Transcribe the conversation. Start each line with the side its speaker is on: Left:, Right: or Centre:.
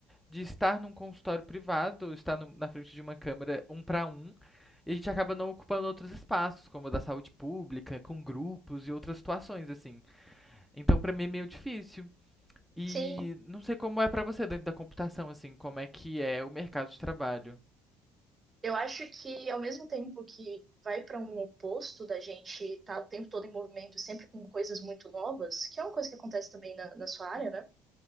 Centre: de estar num consultório privado, estar no- na frente de uma câmera um para um, e a gente acaba não ocupando outros espaços, como o da saúde pública, com grupos e outras situações, assim. Então, pra mim é meio difícil. E
Right: Sim,
Centre: não sei como é pra você dentro da computação, assim, como é que é o mercado de trabalho.
Right: eu acho que ao mesmo tempo que vai para um oposto da gente estar o tempo todo em movimento, sempre com coisas muito novas, que é uma coisa que acontece também na, na sua área, né?